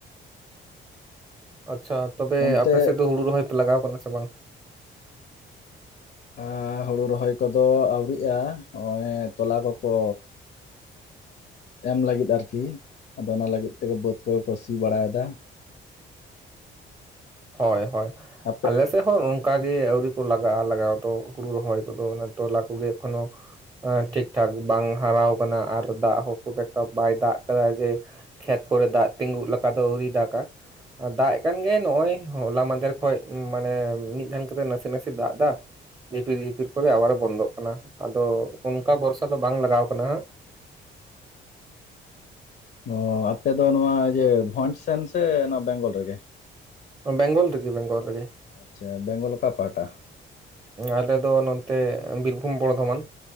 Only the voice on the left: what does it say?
ᱚᱱᱛᱮ
ᱟᱨ ᱦᱩᱲᱩ ᱨᱚᱦᱚᱭ ᱠᱚᱫᱚ ᱟᱹᱣᱨᱤᱜᱼᱟ ᱱᱚᱜᱼᱚᱭ ᱛᱚᱞᱟ ᱠᱚᱠᱚ ᱮᱢ ᱞᱟᱹᱜᱤᱫ ᱟᱨᱠᱤ ᱟᱫᱚ ᱚᱱᱟ ᱞᱟᱹᱜᱤᱫ ᱛᱮᱜᱮ ᱵᱟᱹᱫᱽ ᱠᱚᱜᱮ ᱠᱚ ᱥᱤ ᱵᱟᱲᱟᱭᱮᱫᱟ
ᱟᱯᱮ
ᱚ ᱟᱯᱮ ᱫᱚ ᱱᱚᱣᱟ ᱤᱭᱟᱹ ᱵᱷᱚᱸᱡᱽ ᱥᱮᱱ ᱥᱮ ᱱᱚᱣᱟ ᱵᱮᱝᱜᱚᱞ ᱨᱮᱜᱮ
ᱟᱪᱪᱷᱟ ᱵᱮᱝᱜᱚᱞ ᱚᱠᱟ ᱯᱟᱦᱟᱴᱟ